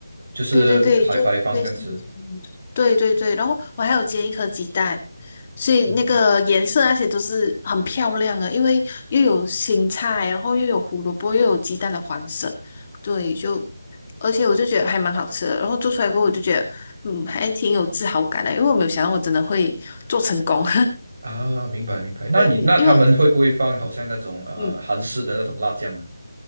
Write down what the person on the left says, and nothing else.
对对对，就类似于那种对对对，然后我还有煎一颗鸡蛋，所以那个颜色那些都是很漂亮的，
因为又有青菜，然后又有胡萝卜，又有鸡蛋的黄色，对，就而且我就觉得还蛮好吃的，然后做出来过后我就觉得，嗯，还挺有自豪感的，因为我没有想到我真的会做成功，
<laughs>
对，因为我嗯。